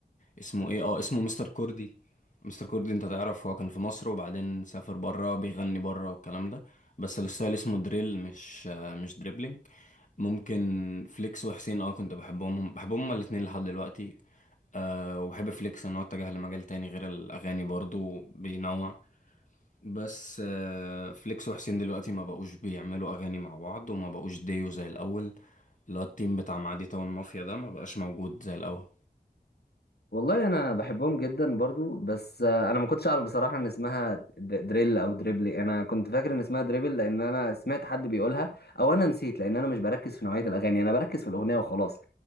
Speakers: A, on the left; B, on the left.
A: اسمه ايه اه اسمه مستر كوردي مستر كوردي انت تعرف هو كان في مصر وبعدين سافر بره بيغني بره والكلام ده بس الستايل اسمه دريل مش آه مش دريبلينج ممكن فليكس وحسين اه كنت بحبهم هم بحبهم هما الاتنين لحد دلوقتي أه وبحب فليكس ان هو اتجه لمجال تاني غير الاغاني برضو بينوع بس أه فليكس وحسين دلوقتي ما بقوش بيعملوا اغاني مع بعض وما بقوش ديو زي الاول اللي هو التيم بتاع معادي تاون مافيا ده ما بقاش موجود زي الاول
B: والله انا بحبهم جدا برضو بس آه، انا ما كنتش اعرف بصراحه ان اسمها د- دريل او دريبلي انا كنت فاكر ان اسمها دريبل لان انا سمعت حد بيقولها او انا نسيت لان انا مش بركز في نوعيه الاغاني انا بركز في الاغنيه وخلاص